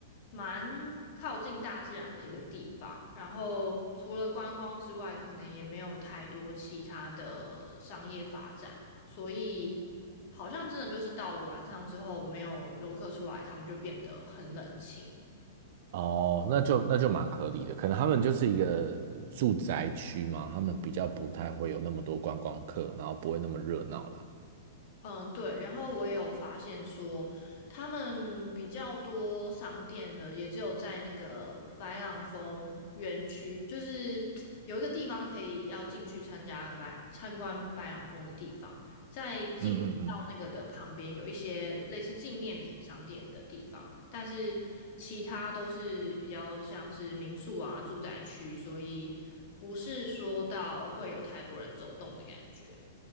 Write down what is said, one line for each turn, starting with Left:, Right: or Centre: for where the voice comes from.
Left: 蛮靠近大自然的一个地方。然后除了观光之外，可能也没有太多其他的商业发展。所以好像真的就是到了晚上之后，没有游客出来，他们就变得很冷清。
Right: 哦，那就那就蛮合理的，可能他们就是一个住宅区嘛，他们比较不太会有那么多观光客，然后不会那么热闹啦。
Left: 嗯，对，然后我也有发现说，他们比较多商店的也只有在那个白朗峰园区，就是 <tsk> 有一个地方可以要进去参加白参观白朗峰的地方，在进到那个的旁边有一些类似纪念品商店的地方，
Right: 嗯嗯嗯。
Left: 但是其他都是比较像是民宿啊、住宅区，所以不是说到会有太多人走动的感觉。